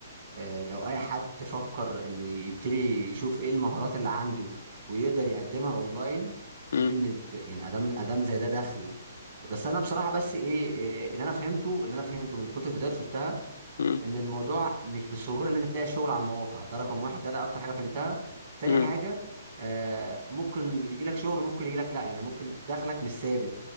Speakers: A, on the right; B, on the left.
A: آه، لو اي حد فكر انه يبتدي يشوف ايه المهارات اللي عنده ويقدر يقدمها اونلاين دي
B: مم.
A: بالنسبه يعني ادام ادام زي ده دخل بس انا بصراحه بس ايه إيه، اللي انا فهمته اللي انا فهمته من كتر الفيديوهات اللي شفتها
B: مم.
A: ان الموضوع مش بالسهوله ان انت تلاقي شغل على المواقع ده رقم واحد ده لا اكتر حاجه فهمتها تاني
B: مم.
A: حاجه آه ممكن يجي لك شغل ممكن يجي لك لا يعني ممكن دخلك مش ثابت